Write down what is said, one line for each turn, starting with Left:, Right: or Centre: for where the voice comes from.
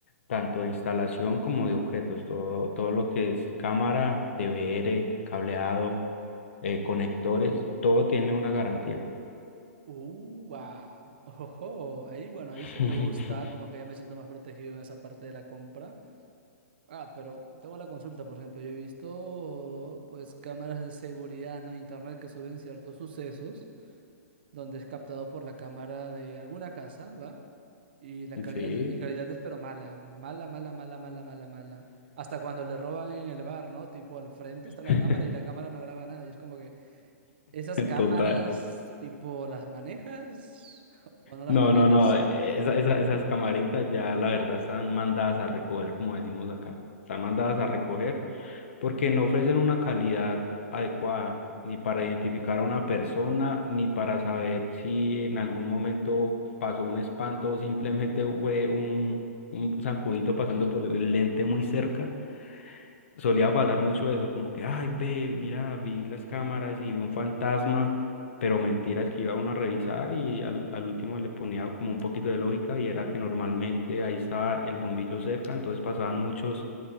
Left: tanto de instalación como de objetos, todo, todo lo que es cámara, DVR, cableado, eh, conectores, todo tiene una garantía.
Right: Uva, <laughs> ojo, ahí bueno, ahí
Left: <laughs>
Right: sí me gusta, como que ya me siento más protegido en esa parte de la compra. Ah, pero tengo la consulta, por ejemplo, yo he visto pues cámaras de seguridad, ¿no? Internet que suben ciertos sucesos donde es captado por la cámara de alguna casa, ¿va? Y la calidad
Left: Sí.
Right: y calidad es pero mala, mala, mala, mala, mala, mala, mala. Hasta cuando le roban en el bar, ¿no? Tipo, al frente está la
Left: <laughs>
Right: cámara y la cámara no graba nada y es como que ¿Esas cámaras,
Left: Total.
Right: tipo, las manejas <laughs> o no las
Left: No,
Right: manejas?
Left: no, no. esa- esa- esas camaritas ya la verdad están mandadas a recoger, como decimos acá. Están mandadas a recoger porque no ofrecen una calidad adecuada ni para identificar a una persona, ni para saber si en algún momento pasó un espanto o simplemente fue un, un zancudito pasando por el lente muy cerca solía pasar mucho eso, como que, ay, ve, mira, vi las cámaras y vi un fantasma, pero mentiras que iba uno a revisar y al, al último le ponía como un poquito de lógica y era que normalmente ahí estaba el bombillo cerca, entonces pasaban muchos